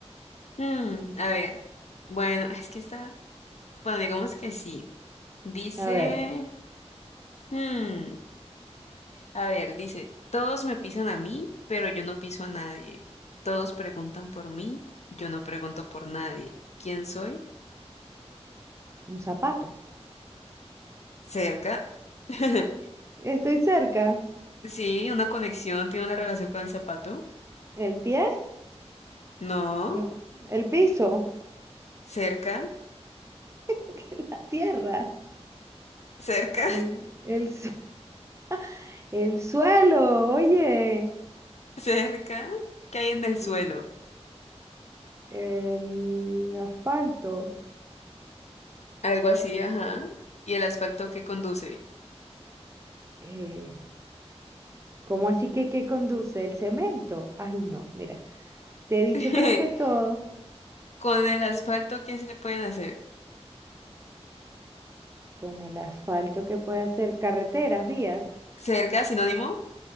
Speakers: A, on the left (about 75°); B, on the right (about 25°).
A: Mm, a ver. Bueno, es que está. Bueno, digamos que sí. Dice.
B: A ver,
A: mm, a ver, dice: Todos me pisan a mí, pero yo no piso a nadie. Todos preguntan por mí, yo no pregunto por nadie. ¿Quién soy?
B: Un zapato.
A: Cerca. <laughs>
B: estoy cerca.
A: Sí, una conexión tiene una relación con el zapato.
B: ¿El pie?
A: No,
B: No, el piso,
A: cerca,
B: <laughs> la tierra,
A: cerca,
B: el, el, su- <laughs> el suelo, oye,
A: <laughs> cerca. ¿Qué hay en el
B: y
A: suelo?
B: el asfalto.
A: Algo así, ajá. ¿Y el asfalto que conduce?
B: Eh, ¿cómo así que qué conduce? ¿El cemento? Ay, no, mira, te he dicho
A: <laughs>
B: creo que todo
A: Con el asfalto, ¿qué se pueden hacer?
B: con el asfalto que puede hacer carreteras, vías.
A: Cerca, sinónimo,